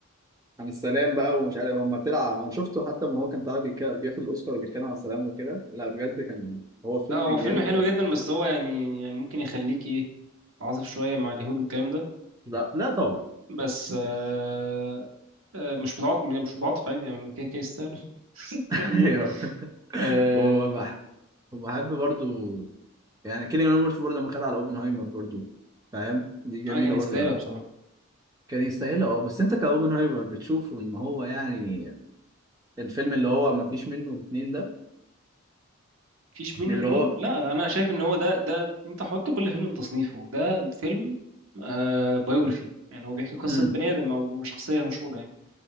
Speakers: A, on the right (about 15°); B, on the right (about 70°).
A: عن السلام بقى ومش عارف هم طلع انا شفته حتى ما هو كان طالع بيك- بياخد الاوسكار وبيتكلم عن السلام وكده لا بجد كان هو الفيلم
B: لا هو
A: كان
B: فيلم
A: جامد
B: حلو
A: قوي
B: جدا بس هو يعني يعني ممكن يخليك ايه تعاطف شويه مع اليهود والكلام ده
A: لا لا طبعا
B: بس
A: <laughs>
B: آه، آه، مش متعاطف مش متعاطف عادي يعني كده كده يستاهل <laughs>
A: ايوه
B: يعني آه،
A: وبح- وبحب برضو يعني كيليان ميرفي برضو لما خد على اوبنهايمر برضو فاهم دي جميله
B: انا كان يستاهلها
A: برضو قوي
B: بصراحه
A: كان يستاهل اه بس انت كاوبنهايمر بتشوف ان هو يعني الفيلم اللي هو ما فيش منه اتنين ده
B: مفيش منه
A: اللي
B: اتنين
A: هو
B: لا انا شايف ان هو ده ده انت حط كل فيلم في تصنيفه ده فيلم آه بايوجرافي يعني هو بيحكي قصه
A: امم
B: بني ادم او شخصيه مشهوره يعني